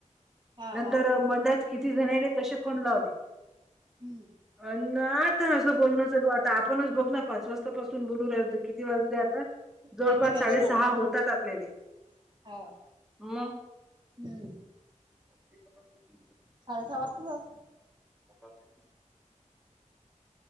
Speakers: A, on the right (about 35°); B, in the centre.
A: हा
B: नंतर
A: हा
B: मदत. किती जण रे तसे फोन लावले.
A: हम्म
B: ह ना आता असं बोलणं चालू आता आपणच बघ ना पाच वाजतापासून बोलू राहीलो किती वाजले आत ता जवळपास
A: नाही तर काय
B: साडेसहा
A: तर
B: होतात आपल्याले
A: हा
B: म.
A: हम्म.
B: <unintelligible>
A: साडे सहा वाजतातच.
B: <unintelligible>